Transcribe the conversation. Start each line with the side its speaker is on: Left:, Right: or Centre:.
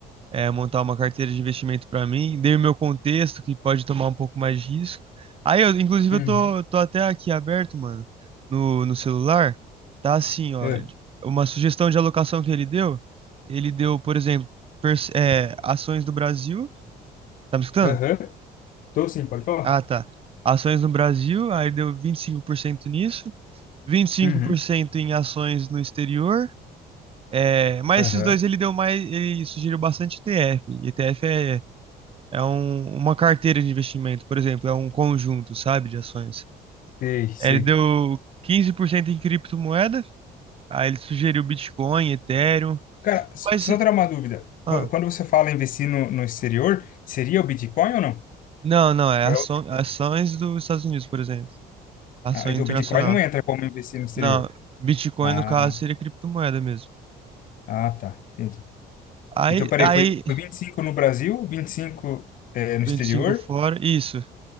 Right: é, montar uma carteira de investimento para mim, dei o meu contexto, que pode tomar um pouco mais de risco. Aí, eu, inclusive,
Left: Uhum.
Right: eu tô, tô até aqui aberto, mano, no, no celular. Tá assim, ó,
Left: É.
Right: uma sugestão de alocação que ele deu, ele deu, por exemplo, pers- é, ações do Brasil. Tá me escutando?
Left: Aham. Tô sim, pode falar.
Right: Ah, tá. Ações no Brasil, aí deu 25% nisso, vinte e cinco
Left: Uhum.
Right: por cento em ações no exterior. É, mas
Left: Aham.
Right: esses dois ele deu mais, ele sugeriu bastante ETF. ETF é É um- uma carteira de investimento, por exemplo, é um conjunto, sabe, de ações.
Left: Sei, sei.
Right: Ele deu 15% em criptomoeda, aí ele sugeriu Bitcoin, Ethereum,
Left: Cara, s-
Right: mas
Left: só tirar uma dúvida.
Right: ah,
Left: Qu- Quando você fala investir no, no exterior, seria o Bitcoin ou não?
Right: não, não, é
Left: Ou
Right: aço-
Left: É outra
Right: ações
Left: coisa.
Right: dos Estados Unidos, por exemplo, ações
Left: Ah, então
Right: internacional.
Left: o Bitcoin não entra como investir no exterior.
Right: Não, Bitcoin
Left: Ah,
Right: no caso seria criptomoeda mesmo.
Left: ah, tá. Entendi.
Right: Aí,
Left: Então, peraí,
Right: aí
Left: foi, foi 25 no Brasil, 25 eh, no
Right: 25
Left: exterior,
Right: fora, isso.